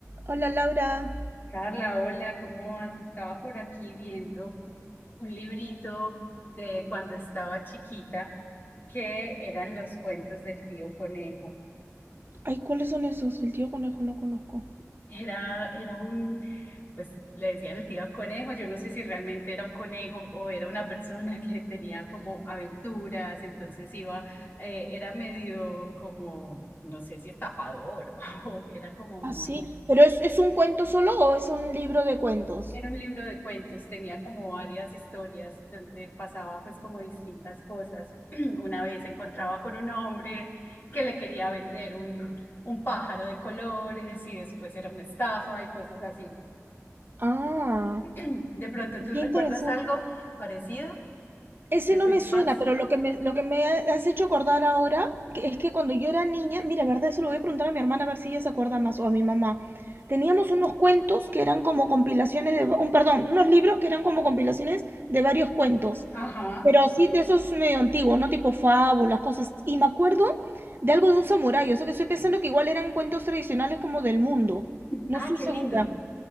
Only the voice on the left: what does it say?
Carla, hola, ¿cómo vas? Estaba por aquí viendo un librito de cuando estaba chiquita, que eran los cuentos del tío Conejo.
Era, era un, pues le decían el tío Conejo, yo no sé si realmente era un conejo o era una persona que tenía como aventuras, entonces iba, eh, era medio como, no sé si estafador <laughs> o era como
muy
Era un libro de cuentos, tenía como varias historias donde pasaba pues como distintas cosas. <clears throat> Una vez se encontraba con un hombre que le quería vender un, un pájaro de colores y después era una estafa y cosas así.
¿De pronto tú
recuerdas
algo parecido
de
tu
infancia?
Ajá.
Ah,
qué
lindo.